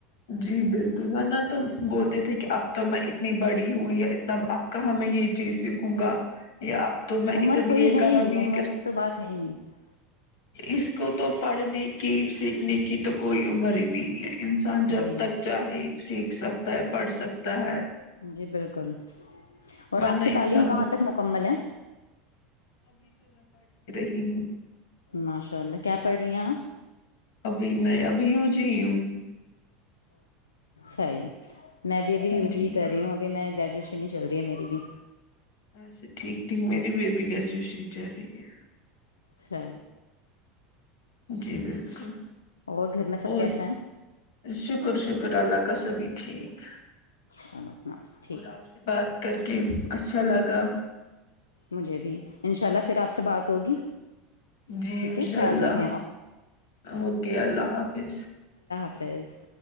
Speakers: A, on the left (about 60°); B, on the left (about 75°).
A: جی بالکل ورنہ تم بولتے تھے کہ اب تو میں اتنی بڑی ہوں یا اتنا اب کہاں میں یہ چیز سیکھوں گا یہ اب تو میں
B: عمر
A: اتنی
B: کوئی
A: ایک
B: ہے
A: اور
B: ہی نہیں
A: ابھی
B: عمر کی تو بات ہے ہی نہیں
A: اس کو تو پڑھنے کی سیکھنے کی تو کوئی عمر ہی نہیں ہے انسان جب
B: جی
A: تک جائے لکھ سکتا ہے پڑھ سکتا ہے
B: جی بالکل اور
A: ورنہ
B: آپ کی
A: انسان
B: تعلیم کہاں تک مکمل ہے
A: جی
B: ماشاء اللہ کیا پڑ رہیا
A: ابھی میں ابھی یوں جی ہوں
B: صیح ہے میں اب اھی یوی
A: جی
B: کر رہی ہوں ابھی میں گریجو ش نہیں چل رہی ہے میری بھی
A: اسے ٹھیک ٹھیک میری بیبی گریجویشن ہی چل رہی ہے
B: چھ
A: جی بالکل
B: اور گھر میں سب
A: اور
B: کیسے ہیں
A: شکر شکر اللہ کا سبھی ٹھیک
B: چلو ٹھیک
A: اور آپ سے بات کر کے اچھا لگا
B: مجھے بھی انشاء اللہ پھر آپ سے بات ہوگی
A: جی
B: ٹھیک
A: انشاء
B: ہے خیال
A: اللہ
B: رکھیں آپ
A: اوکے اللہ حافظ
B: فیض